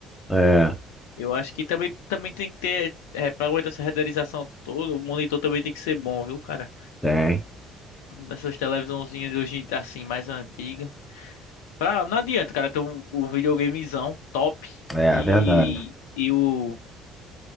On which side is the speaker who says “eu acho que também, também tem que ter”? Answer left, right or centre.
Left